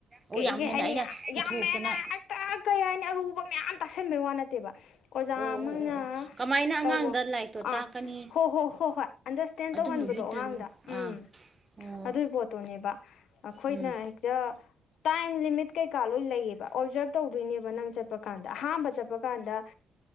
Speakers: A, on the right (about 20°); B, on the left (about 75°).
A: ꯑꯣ
B: ꯀꯩ
A: ꯌꯥꯝ
B: ꯀꯩ
A: ꯍꯦꯟꯅ
B: ꯍꯥꯏꯅꯤ
A: ꯑꯩꯅ
B: ꯌꯥꯝ
A: ꯄꯨꯊꯣꯛꯇꯅ
B: ꯌꯥꯝ ꯍꯦꯟꯅ ꯍꯦꯛꯇꯥ ꯀꯩꯍꯥꯏꯅꯤ ꯑꯔꯨꯕ ꯃꯌꯥꯝ ꯇꯥꯁꯟꯕꯩ ꯋꯥ ꯅꯠꯇꯦꯕ ꯑꯣꯖꯥ
A: ꯑꯣ ꯑꯣ ꯑꯣ
B: ꯑꯃꯅ
A: ꯑꯣ ꯀꯃꯥꯏꯅ ꯑꯉꯥꯡꯗ
B: ꯇꯧꯔꯣ
A: ꯂꯥꯏꯔꯤꯛꯇꯣ
B: ꯑꯥ
A: ꯇꯥꯛꯀꯅꯤ
B: ꯍꯣ ꯍꯣ ꯍꯣ ꯍꯣꯏ ꯑꯟꯗꯔꯁꯇꯦꯟ
A: ꯑꯗꯨꯝꯕꯒꯤ
B: ꯇꯧꯍꯟꯕꯗꯣ
A: ꯇ꯭ꯔꯦꯅꯤꯡ
B: ꯑꯉꯥꯡꯗ
A: ꯑꯥ
B: ꯎꯝ
A: ꯑꯣ
B: ꯑꯗꯨꯏ ꯄꯣꯠꯇꯨꯅꯦꯕ ꯑꯩꯈꯣꯏꯅ
A: ꯎꯝ
B: ꯍꯦꯛꯇ ꯇꯥꯏꯝ ꯂꯤꯃꯤꯠ ꯀꯩꯀꯥ ꯂꯣꯏ ꯂꯩꯌꯦꯕ ꯑꯣꯞꯖꯥꯔꯞ ꯇꯧꯗꯣꯏꯅꯦꯕ ꯅꯪ ꯆꯠꯄ ꯀꯥꯟꯗ ꯑꯍꯝꯕ ꯆꯠꯄ ꯀꯥꯟꯗ